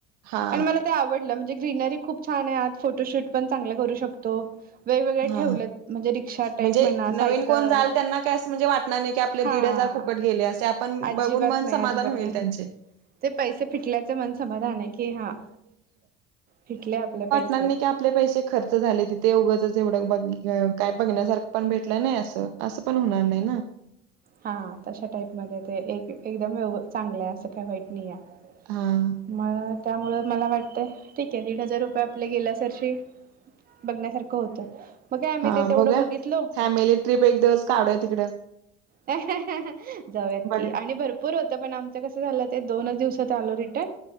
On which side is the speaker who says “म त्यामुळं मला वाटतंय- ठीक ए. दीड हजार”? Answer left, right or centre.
Right